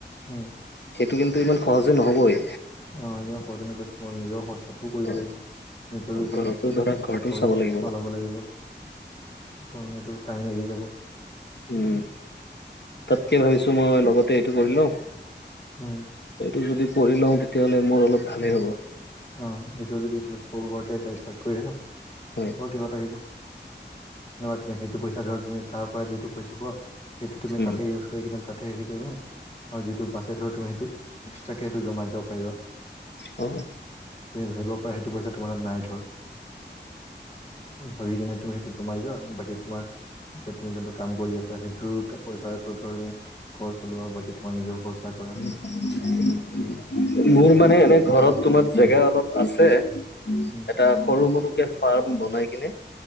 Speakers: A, on the left (about 35°); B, on the left (about 65°).
A: উম,
B: সেটো কিন্তু ইমান সহজে নহবই।
A: অহ, সিদিনা <unintelligible> তোমাৰ নিজৰ খৰছ তাতো কৰিব
B: অ
A: লাগিব ইণ্টাৰভিউ ফালে
B: ঘৰতো ধৰা ঘৰটো
A: ঘৰ
B: চাব লাগিব
A: চলাব
B: ন
A: লাগিব। কাৰন এইটো টাইম লাগি যাব।
B: উম, তাতকে ভাবিছোঁ মই লগতে এইটো কৰিলওঁ।
A: উম,
B: এইটো যদি কৰি লওঁ তেতিয়া হ'লে মোৰ অলপ ভালেই হ'ব।
A: অ, এইটো যদি ইফেলে সৰু- বৰকে ষ্টাৰ্ট কৰি আ আহা
B: হয়
A: তাৰপা কিবা এটা আহিব। নহয় তুমি সেইটো পইচা ধৰ তুমি তাৰ পৰা যিটো পইচা পোৱা সেইটো তুমি
B: উম
A: তাতে ইউজ থৈ কীনে তাতে হেৰি কৰি কেনে হয় যিটো বাছে ধৰ তুমি সেইটো এক্সট্ৰাকে সেইটো জমাই যাব পাৰিবা।
B: অ',
A: তুমি ভাবিব পাৰা সেইটো পইচা তোমাৰ তাত নাই ধৰ। উম, ভাবি কিনে তুমি সেইটো জমাই যোৱা বাকী তোমাৰ এতিয়া তুমি যোনটো কাম কৰি আছা সেইটোটো পইচাটো থোৱা তুমি ঘৰ চলোৱা বাকী তোমাৰ নিজৰ খৰছা কৰা।
B: <unintelligible> মোৰ মানে এনে ঘৰত তোমাৰ জেগা অলপ আছে
A: উম
B: এটা সৰু -মৰু- কে ফাৰ্ম বনাই কিনে